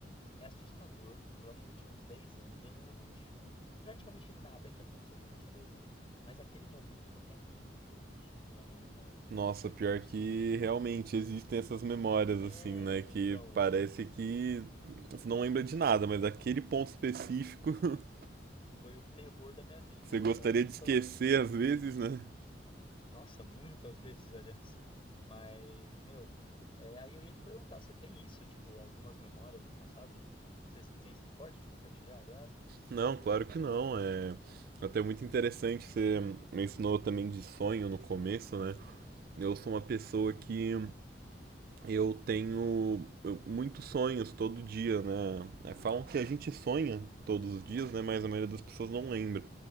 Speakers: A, on the left; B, on the right.
A: é assustador. Eu acho que eu tinha uns 10 anos, eu não lembro de praticamente nada que aconteceu quando eu tinha 10 anos, mas aquele momento é muito vívido na minha memória.
B: Nossa,
A: É
B: pior
A: como se.
B: que realmente existem essas memórias,
A: É,
B: assim, né? Que
A: então,
B: parece
A: é,
B: que você não lembra de nada, mas aquele ponto específico <laughs>
A: foi o terror da minha vida,
B: que você
A: é
B: gostaria
A: é assustador,
B: de esquecer
A: cara.
B: às vezes, né?
A: Nossa, muitas <laughs> vezes, aliás. Mas, meu, é, aí eu ia te perguntar, você tem isso, tipo, algumas memórias do passado? Você, você se importa de compartilhar, aliás,
B: Não,
A: sobre
B: claro
A: essa...
B: que não. É até muito interessante. Você mencionou também de sonho no começo, né? Eu sou uma pessoa que eu tenho eu- muitos sonhos todo dia, né? É, Falam que a gente sonha todos os dias, né? Mas a maioria das pessoas
A: Sim,
B: não lembra.